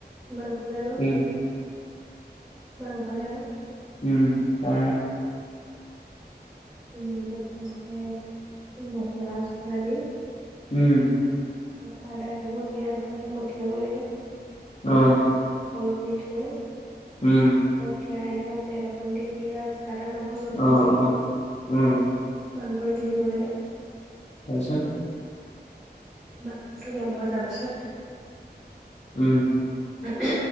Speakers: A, on the right; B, on the left.
A: মাংস জানো।
B: উম,
A: মাংস জানো।
B: উম, অ'
A: অ' মাংসটো ভাজোতে মচলা চচলা দি।
B: উম।
A: আদা নহৰু পিয়াঁজ অকণ দি মঠি ল'ব লাগে।
B: অঁ।
A: অলপ দেৰি থৈ।
B: উম।
A: অ' কেৰাহীখনত তেল অকণ দি পিয়াঁজ আদা নহৰু চব
B: অ',
A: ভাজি।
B: অ', উম,
A: মাংস দি দিব লাগে।
B: তাৰপিছত?
A: বাকী চব ভজাৰ পাছত।
B: উম।
A: তাকে।